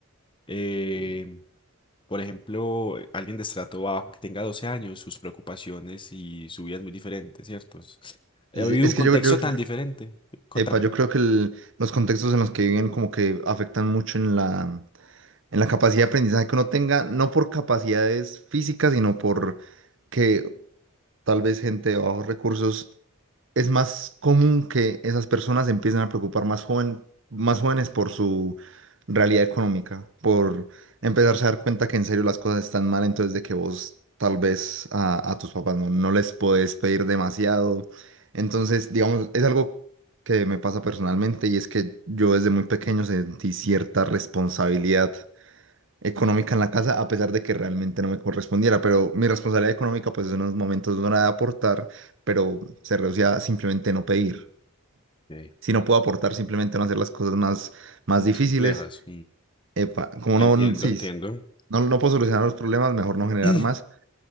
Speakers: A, on the left; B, on the right.
A: eh, por ejemplo, eh, alguien de estrato bajo que tenga 12 años, sus preocupaciones y su vida es muy diferente, ¿cierto? Es- He
B: Sí,
A: vivido
B: sí, Es
A: un contexto
B: que yo, yo,
A: tan
B: yo-
A: diferente. Contame.
B: epa, yo creo que el- los contextos en los que viven como que afectan mucho en la, en la capacidad de aprendizaje que uno tenga, no por capacidades físicas, sino por que tal vez gente de bajos recursos es más común que esas personas se empiecen a preocupar más joven, más jóvenes por su realidad económica, por empezarse a dar cuenta que en serio las cosas están mal, entonces de que vos tal vez a, a tus papás no, no les podés pedir demasiado. Entonces, digamos, es algo que me pasa personalmente y es que yo desde muy pequeño sentí cierta responsabilidad económica en la casa, a pesar de que realmente no me correspondiera, pero mi responsabilidad económica pues en unos momentos no era de aportar, pero se reducía a simplemente no pedir.
A: Ok.
B: Si no puedo aportar, simplemente no hacer las cosas más, más
A: Muy
B: difíciles.
A: complejas.
B: Epa, como
A: Entiendo,
B: no, sí,
A: entiendo.
B: no, no puedo solucionar los problemas, mejor no generar
A: <clears throat>
B: más.